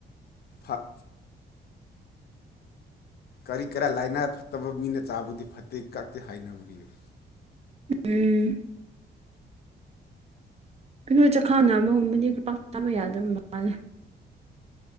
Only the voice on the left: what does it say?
ꯐꯥꯛ ꯀꯔꯤ ꯀꯔꯥ ꯂꯥꯏꯅꯥ ꯐꯠꯇꯕ ꯃꯤꯅ ꯆꯥꯕꯗꯤ ꯐꯠꯇꯦ ꯒꯛꯇꯦ ꯍꯥꯏꯅꯕꯅꯤꯅꯦ